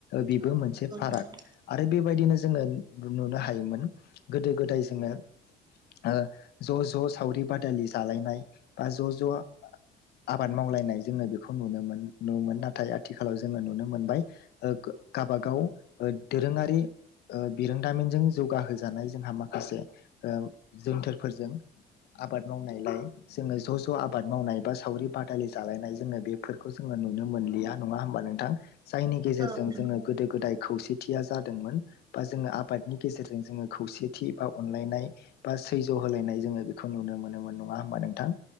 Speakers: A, on the left; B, on the right.
A: बेबो
B: औ
A: मोनसे
B: नंगौ
A: फाराग
B: नोंथां
A: आरो बेबायदिनो जोङो नुनो हायोमोन गोदो गोदाय जोङो ज' ज' सावरि बादालि जालायनाय बा ज' ज' आबाद मावलायनाय जोङो बेखौ नुनो नुोन नाथाय आथिखालाव जोङो नुनो मोनबाय गावाबागाव दोरोङारि बि दामिनजों जौगाह जानाय जोंहा माखासे जोनथोरफोरजों आबाद मावनायलाय जोङो ज' ज' आबाद मावनाय बा सावरि बादालि जालायनाय जोङो बेफोरखौ जोङो नुनो मोनलिया नङा होमबा नोंथां । जायनि गेजेरजों
B: औ नंगौ
A: जोङो गोदो गोदाय खौसेथिया जादोंमोन बा जोङो आबादनि गेजेरजों जोङो खौसेथि बा अनलायनाय बा सैज्य होलायनाय जोङो खौ नुनो मोनोमोन नङा होमबा नोंथां।